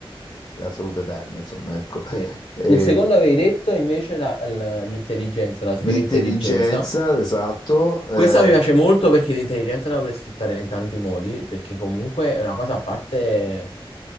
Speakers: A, on the left; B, on the left.
A: la salute eterna, insomma, ecco.
B: Sì.
A: E
B: Il secondo avevi detto invece la- la- l'intelligenza, la superintelligenza.
A: l'intelligenza, esatto. eh,
B: Questa mi piace molto perché l'intelligenza la puoi sfruttare in tanti modi, perché comunque è una cosa a parte